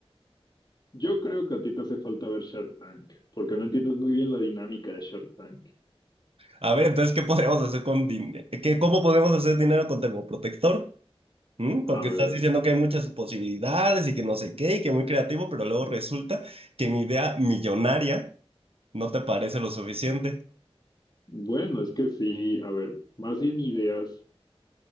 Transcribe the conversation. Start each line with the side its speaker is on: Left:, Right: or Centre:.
Left: Yo creo que a ti te hace falta ver Shark Tank, porque no entiendes muy bien la dinámica de Shark Tank.
Right: A ver, entonces, ¿qué podemos hacer con dinero? ¿Cómo podemos hacer dinero con termoprotector? ¿Mm? Porque
Left: A ver,
Right: estás diciendo que hay muchas posibilidades y que no sé qué y que muy creativo, pero luego resulta que mi idea millonaria no te parece lo suficiente.
Left: bueno, es que sí, a ver, más bien ideas